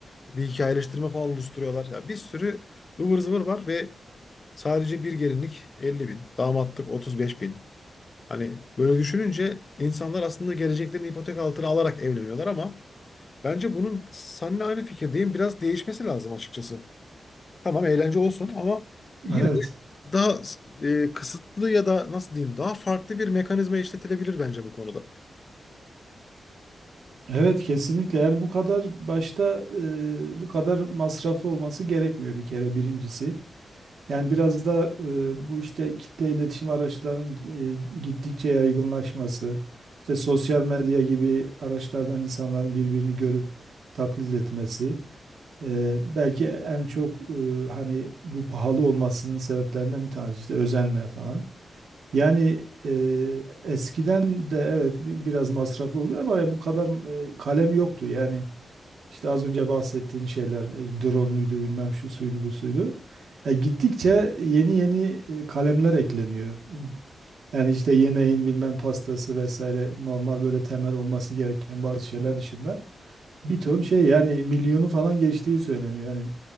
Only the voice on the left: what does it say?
bir hikayeleştirme falan oluşturuyorlar. Ya bir sürü ıvır zıvır var ve sadece bir gelinlik 50 bin, damatlık 35 bin. Hani böyle düşününce insanlar aslında geleceklerini ipotek altına alarak evleniyorlar ama bence bunun seninle aynı fikirdeyim. Biraz değişmesi lazım açıkçası. Tamam eğlence olsun ama yine
de daha e, kısıtlı ya da nasıl diyeyim daha farklı bir mekanizma işletilebilir bence bu konuda.